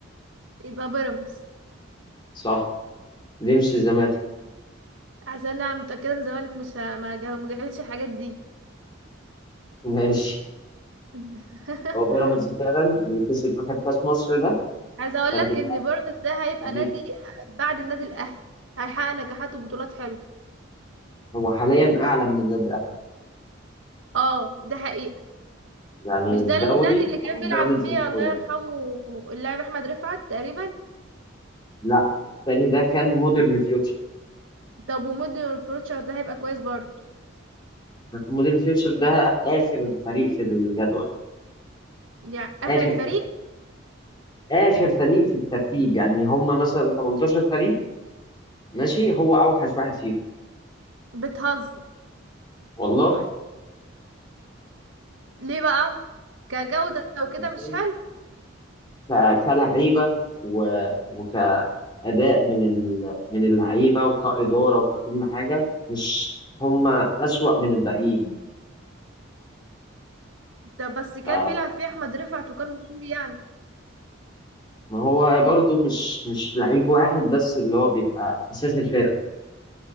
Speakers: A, on the right; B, on the left.
A: يبقى بيراميدز
B: صح دي مش الزمالك
A: عشان انا متأكدة ان الزمالك مش ه- ما جا- ما جابتش الحاجات دي
B: <laughs> ماشي
A: <laughs>
B: هو بيراميدز فعلا اللي كسب اخر كاس مصر ده
A: عايزه اقول
B: كان
A: لك
B: بيلعب
A: ان بيراميدز ده هيبقى
B: فريق
A: نادي بعد النادي الاهلي هيحقق نجاحات وبطولات حلوه
B: هو حاليا اعلى من النادي الاهلي
A: اه ده حقيقه
B: يعني
A: مش
B: الدوري
A: ده النادي اللي كان
B: هو بيراميدز
A: بيلعب فيه
B: الاول
A: الله يرحمه اللاعب احمد رفعت تقريبا
B: لا الثاني ده كان مودرن فيوتشر
A: طب ومودي فروتشر ده هيبقى كويس برضه
B: مودرن فيوتشر ده اخر فريق في الجدول
A: يعني
B: اخر
A: اخر الفريق
B: فريق اخر فريق في الترتيب يعني هم مثلا 18 فريق ماشي هو اوحش واحد فيهم
A: بتهزر
B: والله
A: ليه بقى كجوده وكده
B: ماشي
A: مش حلو
B: ك- كلعيبه و... وكاداء من ال... من اللعيبه وكاداره وككل حاجه مش هم اسوأ من الباقيين
A: طب بس كان
B: ف...
A: بيلعب فيه احمد رفعت وكان مشهور يعني
B: ما هو برضو مش مش لعيب واحد بس اللي هو بيبقى اساس الفرقه